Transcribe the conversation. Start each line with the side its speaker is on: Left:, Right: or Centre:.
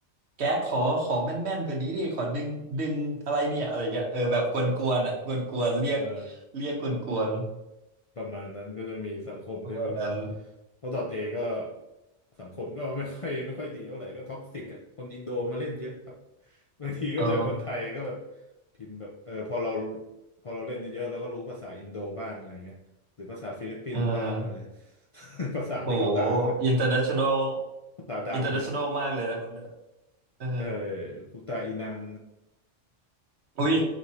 Right: แกขอขอแม่นๆกว่านี้ดิขอดึงดึงอะไรเนี่ยอะไรเงี้ยเออแบบกวนๆอ่ะกวนๆเรียก
Left: เออ
Right: เรียกกวน
Left: ประมาณนั้นก็จะมีสังคมที่แบบ
Right: ๆประมาณนั้น
Left: เพราะดอทเอก็สังคมก็ไม่ค่อย <laughs> ไม่ค่อยดีเท่าไหร่ก็ท็อกซิกอ่ะคนอินโดมาเล่นเยอะครับบางทีก็เจอคนไทยก็แบบ
Right: อ๋อ
Left: พิมพ์แบบเออพอเราพอเราเล่นเยอะๆเราก็รู้ภาษาอินโดบ้างอะไรเงี้ยหรือภาษาฟิลิปปินส์บ้างอะไร
Right: เออ
Left: <laughs> ภาษาที่เขาด่านะ
Right: โอ้ international
Left: ภาษาด่านะ
Right: international มากเลยนะครับเนี่ยเออ
Left: เออพุตตาอีนัง
Right: อุ้ย